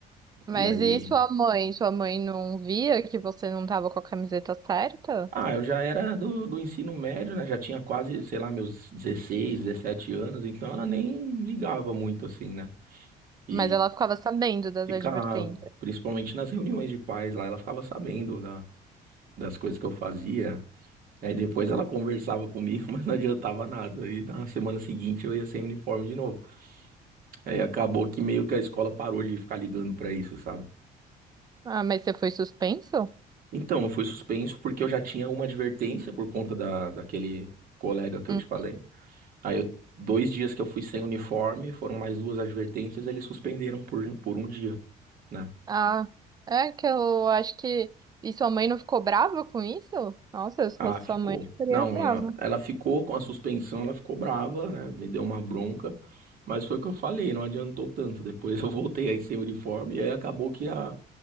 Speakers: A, on the right; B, on the right.
A: Mas
B: E aí,
A: e sua mãe? Sua mãe não via que você não tava com a camiseta certa?
B: ah, eu já era do, do ensino médio, né? Já tinha quase, sei lá, meus 16 17 anos, então ela nem ligava muito assim, né? E
A: Mas ela ficava sabendo das
B: ficava,
A: advertências.
B: principalmente nas reuniões de pais lá, ela ficava sabendo da, das coisas que eu fazia. Aí depois ela conversava comigo, <laughs> mas não adiantava nada. Aí na semana seguinte eu ia sem uniforme de novo. Aí acabou que meio que a escola parou de ficar ligando pra isso, sabe?
A: Ah, mas você foi suspenso?
B: Então, eu fui suspenso porque eu já tinha uma advertência por conta da, daquele colega que
A: Hum.
B: eu te falei. Aí eu- dois dias que eu fui sem uniforme, foram mais duas advertências, eles suspenderam por, por um dia, né?
A: Ah, é que eu acho que. E sua mãe não ficou brava com isso? Nossa, se
B: Ah,
A: fosse
B: ficou.
A: sua mãe, eu ficaria
B: Não,
A: brava.
B: ela, ela ficou com a suspensão, ela ficou brava, né? Me deu uma bronca, mas foi o que eu falei, não adiantou tanto. Depois <laughs> eu voltei aí sem uniforme, e aí acabou que a.